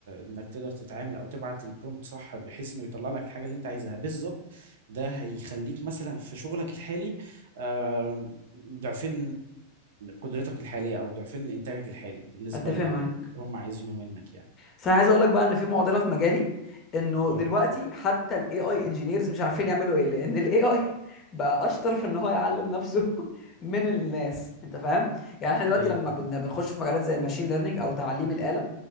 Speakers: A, on the right (about 75°); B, on the left (about 30°).
A: انك تقدر تتعامل او تبعت البرومبت صح بحيث انه يطلع لك الحاجه اللي انت عايزها بالظبط ده هيخليك مثلا في شغلك الحالي آه، ضعفين قدرتك الحاليه او ضعفين انتاجك الحالي بالنسبه
B: اتفق
A: اللي
B: معاك
A: هم عايزينه منك يعني
B: بس انا عايز اقول لك بقى ان في معضلة في مجالي انه
A: اه
B: دلوقتي حتى الاي اي انجينيرز مش عارفين يعملوا ايه لان الاي اي <laughs> بقى اشطر في ان هو يعلم نفسه <laughs> من الناس انت فاهم يعني احنا دلوقتي
A: ايوه
B: لما بن- بنخش في مجالات زي الماشين ليرنينج او تعليم الآلة